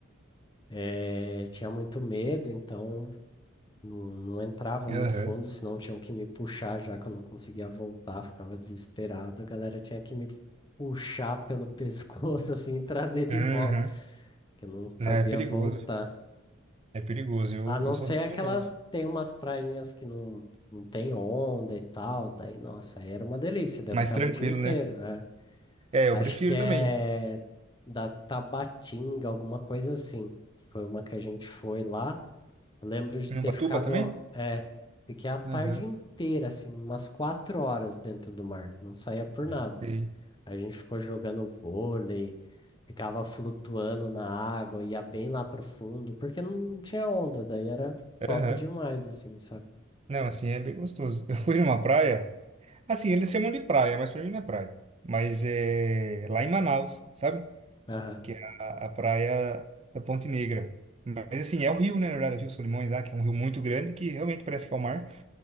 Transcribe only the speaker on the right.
Aham.
Uhum.
Né,
É perigoso.
É perigoso. Eu,
eu sou
bem
medroso.
mais
tranquilo,
né?
É, eu
prefiro
também.
Em
Ubatuba
também?
Aham.
Sei.
Aham.
Não, assim, é bem gostoso. <laughs> Eu fui numa praia. Assim, eles chamam de praia, mas pra mim não é praia. Mas é lá em Manaus, sabe?
que é a, a praia da Ponte Negra. Mas assim, é o rio, né? Na verdade, é o Rio Solimões lá, que é um rio muito grande que realmente parece que é o mar.